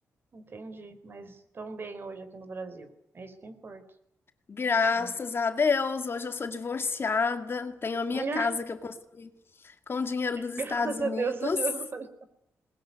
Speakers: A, on the right; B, on the left.
A: Entendi. Mas tão bem hoje aqui no Brasil. É isso que importa.
B: Graças
A: né?
B: a Deus, hoje eu sou divorciada, tenho a
A: <laughs>
B: minha casa que eu construí com o dinheiro dos Estados
A: Graças
B: Unidos.
A: a Deus, São José.